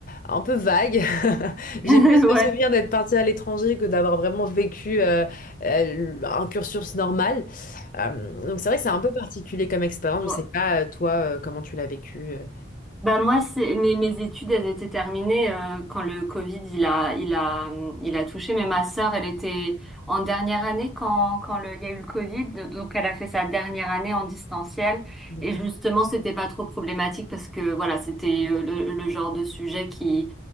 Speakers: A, on the left (about 40°); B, in the centre.
A: un peu vague. <laughs> J'ai
B: Ouais.
A: plus le souvenir d'être partie à l'étranger que d'avoir vraiment vécu, euh, euh, un cursus normal. Euh, donc, c'est vrai que c'est un peu particulier comme expérience.
B: Bon,
A: Je sais pas, euh, toi, euh, comment tu l'as vécu. euh.
B: Ben moi, c'est, mes, mes études, elles étaient terminées euh, quand le Covid, il a, il a, il a touché. Mais ma sœur, elle était en dernière année quand, quand le, il y a eu le Covid. Donc, elle a fait sa dernière année en distanciel.
A: D'accord.
B: Et justement, c'était pas trop problématique parce que, voilà, c'était euh, le, le genre de sujet qui,